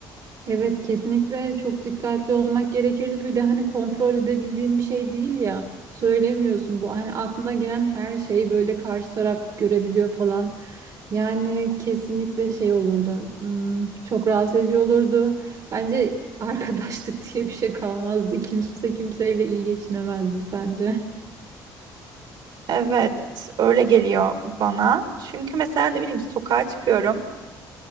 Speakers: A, on the right (about 45°); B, on the right (about 65°).
A: Evet kesinlikle çok dikkatli olmak gerekirdi. Bir de hani kontrol edebildiğim bir şey değil ya. Söylemiyorsun bu. Hani aklına gelen her şeyi böyle karşı taraf görebiliyor falan. Yani kesinlikle şey olurdu. hmm, çok rahatsız edici olurdu. Bence arkadaşlık <laughs> diye bir şey kalmazdı. Kimse kimseyle iyi geçinemezdi sence.
B: Evet, öyle geliyor bana. Çünkü mesela ne bileyim sokağa çıkıyorum.